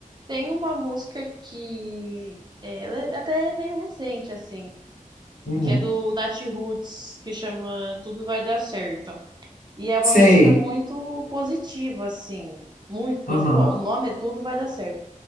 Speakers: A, on the right (about 30°); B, on the left (about 70°).
A: tem uma música que é, ela é até é meio recente, assim.
B: Uhum.
A: que é do Natiruts, que chama Tudo Vai Dar Certo. E é uma
B: Sei.
A: música muito positiva, assim. Muito positiva.
B: Aham.
A: o nome
B: <laughs>
A: é Tudo Vai Dar Certo.